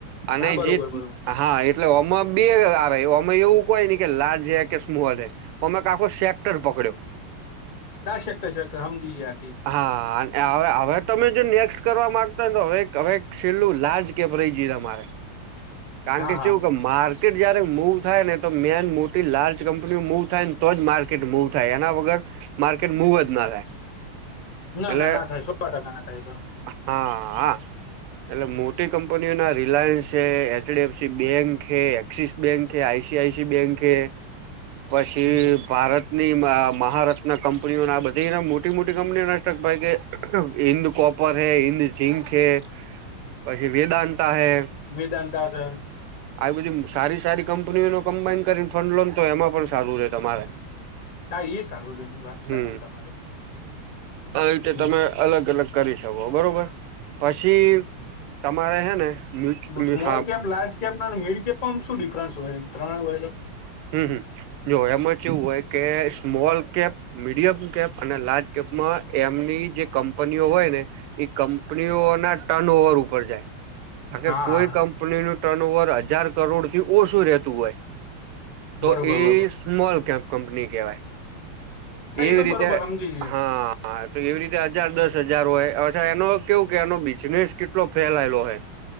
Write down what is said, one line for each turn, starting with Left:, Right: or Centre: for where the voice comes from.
Right: અને
Left: હા બરોબર
Right: જે
Left: બરોબર
Right: હા એટલે ઓમાં બે આવે ઓમાં એવું કોય ને કે લાર્જ હે કે સ્મોલ હે. ઓમે આખો શેકટર પકડ્યો.
Left: તા સેક્ટર સેક્ટર હમજીએ આતી
Right: હા અને હવે તમે જો નેક્સ્ કરવા માંગતા હોને તો હવે હવે છેલ્લું લાર્જ કેપ રઈ ગઈ અમારે. કારણ
Left: હા
Right: કે
Left: હા
Right: ચેવું છે માર ર્કેટ જ્યારે મૂવ થાય ને, તો મેન મોટી લાર્જ કંપનીઓ મૂવ થાય ને તો જ માર્કેટ મૂવ થાય, એના વગર માર્કેટ મુવ જ ના થાય.
Left: ના
Right: એટલે
Left: ના ના થાય સોવા ટકા ના થાયએ તો.
Right: હા હા એટલે મોટી કંપનીઓના રિલાયન્સ છે H. D. F. C. Bank હે એક્સિસ બેંક હે I. C. I. C. Bank હે. પછી
Left: હમ
Right: ભારત ની મહારથના કંપનીઓના આ બધી મોટી મોટી કંપનીઓના સ્ટક ભાઈ કે હિન્દ કોપર હે, હિન્દ ઝિંક હે, પછી વેદાંતા હે.
Left: વેદાંતા શે.
Right: આવી બધી સારી સારી કંપનીઓનું કમ્બાાઈન કરીને ફંડ લોન તો એમાં પણ સારું રહે તમારે.
Left: હા, એ સારું રહ્યું વાત
Right: હમ્મ,
Left: સાચી તમારી
Right: આવી રીતે
Left: હમ
Right: તમે અલગ અલગ કરી શકો બરોબર, પછી તમારે હેને <unintelligible>
Left: સ્મોલ લાર્જ કેમ્પ વાળુ મીડકે શું ડિફરન્સ હોય એમ ત્રણ હોય તો.
Right: હમ હમ જો એમાં ચેવું હોય કે સ્મોલ કેપ મીડિયમ કેમ્પ, અને લાર્જ કેમ્પ માં એમની જે કંપનીઓ હોય ને એ કંપનીઓ ના ટર્ન ઓવર ઉપર જાય, કારણ કે
Left: હા
Right: કોઈ
Left: હા
Right: કં કંપનીનું ટર્નઓવર હજાર કરોડથી ઓછું રહેતું હોય. તો
Left: બરોબર
Right: એ
Left: બરોબર
Right: સ્મોલ કેપ કંપની કહેવાય.
Left: હા
Right: એવી
Left: એ તો
Right: રીતે,
Left: બરોબર સમજી
Right: હા.
Left: ગયો
Right: હા તો એવી રીતે હજાર દસ હજાર હોય, અરછા એનો કેવું કે એનો બિઝનેસ કેટલો ફેલાયલો હોય. <inaudible>